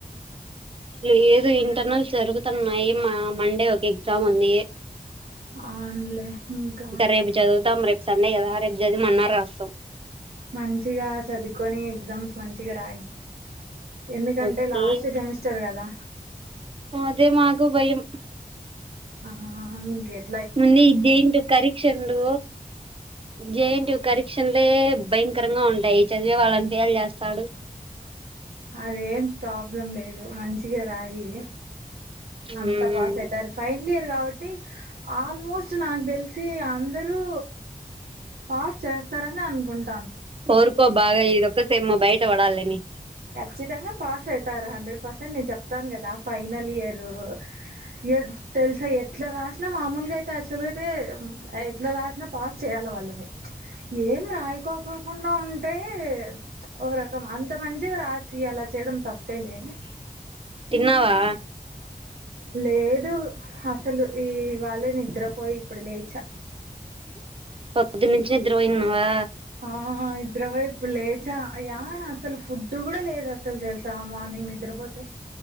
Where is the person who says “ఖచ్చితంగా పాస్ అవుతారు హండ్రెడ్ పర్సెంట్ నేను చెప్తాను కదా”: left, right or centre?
Right